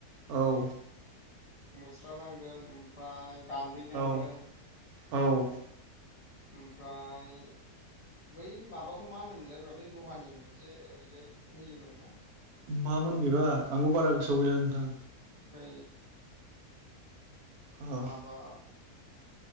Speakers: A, on the right; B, on the left.
A: औ
B: उम मुस्रा नांगोन ओमफ्राय गान्दै नांगोन
A: औ औ
B: ओमफ्राय बै माबाखौ मा होनोमोनलाय ब्रा बै लहानि मोनसे ओरैजाय होयोमोन ना।
A: मामोन बिबा आंबो बारा गोसोआव गैला नोंथां
B: बै
A: अ
B: माबा